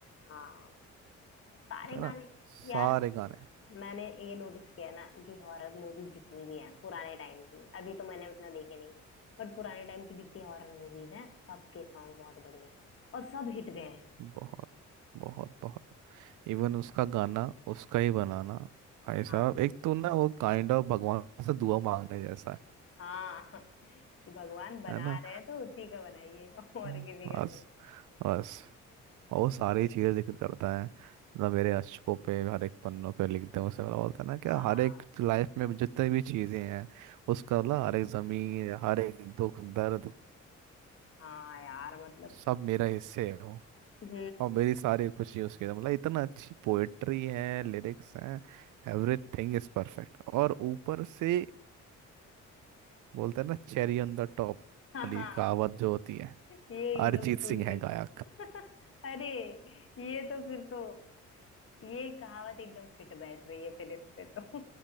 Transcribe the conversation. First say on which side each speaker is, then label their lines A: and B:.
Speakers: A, on the left; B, on the right.
A: हाँ सारे
B: है
A: गाने
B: ना सारे
A: यार
B: गाने
A: मैंने ये नोटिस किया ना कि हॉरर मूवी जितनी भी है पुराने टाइम की अभी तो मैंने उतना देखे नहीं बट पुराने टाइम की जितनी हॉरर मूवीज हैं सबके सॉन्ग बहुत बढ़िया हैं और सब हिट गए हैं
B: बहुत बहुत बहुत इवन उसका गाना उसका ही बनाना भाई
A: हाँ
B: साहब एक तो ना वो काइंड ऑफ भगवान से दुआ मांगने जैसा है
A: हाँ <laughs> कि भगवान बना
B: है ना
A: रहे हैं तो उसी का बनाइए और
B: हम्म।
A: किसी
B: बस
A: का नहीं
B: बस और वो सारी चीजें जिक्र करता है मतलब मेरे अशकों पे हर एक पन्नों पे लिखते हैं उसे मतलब होता है ना क्या
A: हाँ
B: हर एक लाइफ में जितनी भी चीजें हैं उसका मतलब हर एक जमीन हर एक दुख दर्द
A: हाँ यार मतलब
B: सब मेरा हिस्से है वो।
A: हम्म
B: और मेरी सारी खुशी उसके अंदर मतलब इतना अच्छी पोएट्री है लिरिक्स हैं एवरीथिंग इज परफेक्ट और ऊपर से बोलते हैं ना चेरी ऑन द टॉप
A: हाँ
B: वाली
A: हाँ
B: कहावत जो होती है
A: ये एकदम
B: अरिजीत
A: टूट
B: सिंह है
A: गई <laughs>
B: गायक
A: अरे ये तो फिर तो ये कहावत एकदम फिट बैठ रही है फिर इस पे तो